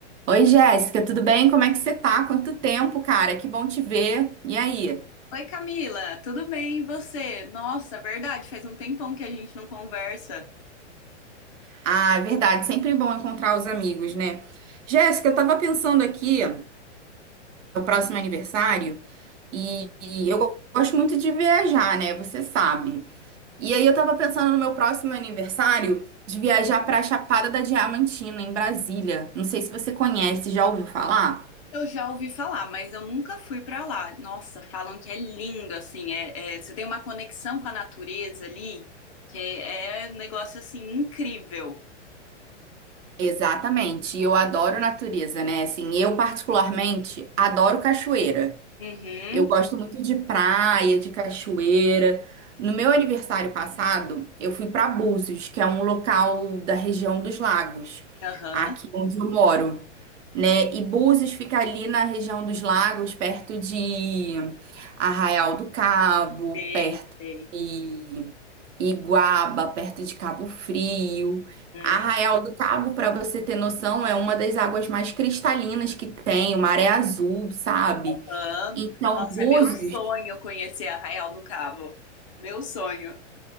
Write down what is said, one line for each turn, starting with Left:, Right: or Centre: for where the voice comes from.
Right: Oi, Jéssica, tudo bem? Como é que você tá? Quanto tempo, cara? Que bom te ver. E aí?
Left: Oi Camila, tudo bem e você? Nossa, verdade, faz um tempão que a gente não conversa.
Right: Ah, é verdade, sempre bom encontrar os amigos, né? Jéssica, eu tava pensando aqui no próximo aniversário e, e eu go- gosto muito de viajar, né? Você sabe. E aí eu tava pensando no meu próximo aniversário de viajar pra Chapada da Diamantina, em Brasília. Não sei se você conhece, já ouviu falar?
Left: Eu já ouvi falar, mas eu nunca fui pra lá. Nossa, falam que é lindo, assim, é, é- você tem uma conexão com a natureza ali, que é, é um negócio assim incrível.
Right: Exatamente, e eu adoro natureza, né? Assim, eu particularmente adoro cachoeira.
Left: Uhum,
Right: Eu gosto muito de praia, de cachoeira. No meu aniversário passado, eu fui para Búzios, que é um local da região dos lagos,
Left: aham,
Right: aqui onde eu moro, né? E Búzios fica ali na região dos lagos, perto de Arraial do Cabo,
Left: sei,
Right: perto
Left: sei.
Right: de Iguaba, perto de Cabo Frio.
Left: Uhum,
Right: Arraial do Cabo, para você ter noção, é uma das águas mais cristalinas que tem, o mar é azul, sabe?
Left: aham.
Right: Então,
Left: Nossa,
Right: Búzios
Left: é meu sonho conhecer Arraial do Cabo. Meu sonho.